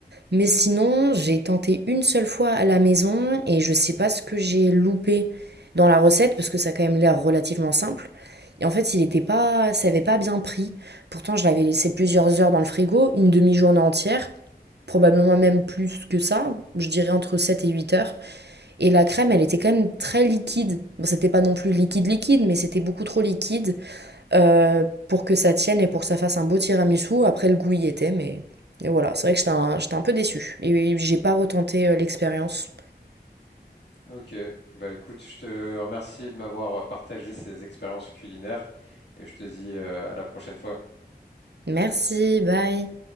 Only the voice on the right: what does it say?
Mais sinon, j'ai tenté une seule fois à la maison et je sais pas ce que j'ai loupé dans la recette parce que ça a quand même l'air relativement simple. Et en fait, il était pas, ça avait pas bien pris. Pourtant, je l'avais laissé plusieurs heures dans le frigo, une demi-journée entière, probablement même plus que ça, je dirais entre 7 et 8 heures. Et la crème, elle était quand même très liquide. Bon, c'était pas non plus liquide liquide, mais c'était beaucoup trop liquide euh, pour que ça tienne et pour que ça fasse un beau tiramisu. Après, le goût y était, mais et voilà, c'est vrai que j'étais un, j'étais un peu déçue. Et j'ai pas retenté euh, l'expérience.
Merci, bye.